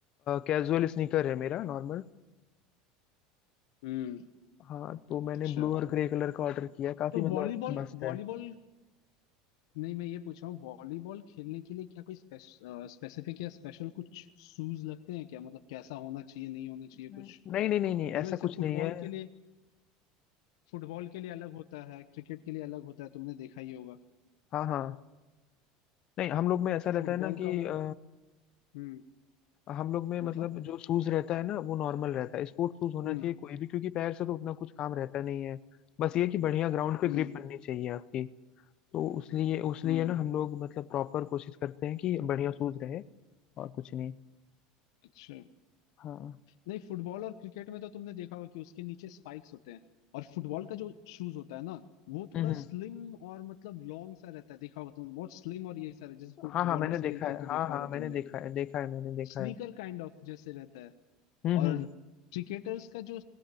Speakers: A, on the left; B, on the left.
A: कैजुअल स्नीकर है मेरा नॉर्मल
B: हम्म
A: हाँ तो मैंने
B: अच्छा
A: ब्लू और ग्रे कलर का ऑर्डर किया है काफी
B: तो
A: मतलब
B: वॉलीबॉल
A: मस्त है
B: वॉलीबॉल नहीं मैं ये पूछ रहा हूँ वॉलीबॉल खेलने के लिए क्या कोई स्पेसिफिक या स्पेशल कुछ शूज लगते हैं क्या मतलब कैसा होना चाहिए नहीं होना चाहिए कुछ
A: नहीं नहीं नहीं नहीं
B: मतलब
A: ऐसा
B: जैसे
A: कुछ
B: फुटबॉल
A: नहीं है
B: के लिए फुटबॉल के लिए अलग होता है क्रिकेट के लिए अलग होता है तुमने देखा ही होगा
A: हाँ हाँ नहीं हम लोग में ऐसा रहता
B: फुटबॉल
A: है ना कि
B: का वो
A: अ,
B: हम्म
A: हम लोग में मतलब
B: बताओ
A: जो शूज रहता है ना वो नॉर्मल रहता है स्पोर्ट्स शूज होना
B: हम्म
A: चाहिए कोई भी क्योंकि पैर से तो उतना कुछ काम रहता नहीं है बस ये कि बढ़िया ग्राउंड पे
B: हम्म
A: ग्रिप बननी चाहिए आपकी तो उसलिए उसलिए
B: हम्म
A: ना हम लोग मतलब प्रॉपर कोशिश करते हैं कि बढ़िया शूज रहे और कुछ नहीं
B: अच्छा
A: हाँ
B: नहीं फुटबॉल और क्रिकेट में तो तुमने देखा होगा कि उसके नीचे स्पाइक्स होते हैं और फुटबॉल का जो शूज होता है ना वो
A: हम्म
B: थोड़ा
A: हम्म।
B: स्लिम और मतलब लॉन्ग सा रहता है देखा होगा तुमने बहुत स्लिम और ये सारा जैसे फुटबॉलर्स
A: हाँ हाँ मैंने देखा
B: खेलते
A: है
B: हैं तो
A: हाँ
B: देखा
A: हाँ
B: होगा
A: मैंने
B: तुमने
A: देखा है देखा है मैंने देखा
B: स्नीकर
A: है
B: काइंड ऑफ जैसे रहता है
A: हम्म
B: और
A: हम्म
B: क्रिकेटर्स का जो